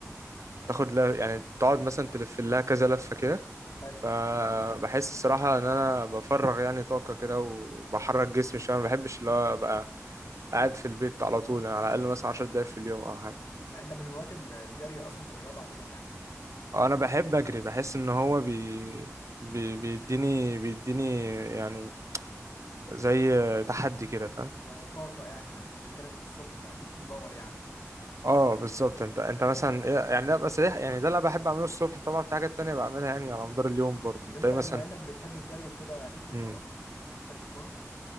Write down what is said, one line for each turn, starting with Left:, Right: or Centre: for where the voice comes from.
Right: تاخد لها يعني تقعد مثلا تلف لها كذا لفه كده
Left: حلو
Right: فبحس الصراحة إن أنا بفرغ يعني طاقة كده وبحرك جسمي شوية ما بحبش اللي هو أبقى قاعد في البيت على طول يعني على الأقل مثلا عشر دقايق في اليوم أو حاجة
Left: يعني انت من هواة ال- الجري اصلا والرياضه عموما يعني
Right: أنا بحب أجري بحس إن هو بي... بي... بيديني بيديني يعني زي تحدي كده فاهم
Left: وطاقه يعني انت بتتكلم في الصبح فاكيد في باور يعني
Right: اه بالظبط انت انت مثلا إيه- يعني لا بس ده يعني ده اللي أنا بحب اعمله الصبح طبعا في حاجات تانية بعملها يعني على مدار اليوم برضه
Left: طب
Right: انت
Left: انت
Right: إيه مثلا
Left: بما انك بتحب الجري وكده ليك في الكوره
Right: مم.
Left: بتحب الكوره